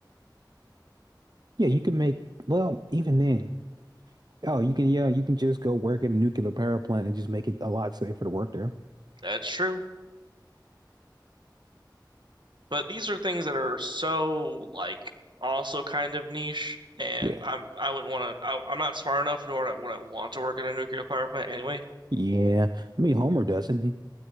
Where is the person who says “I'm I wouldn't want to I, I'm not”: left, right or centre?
Right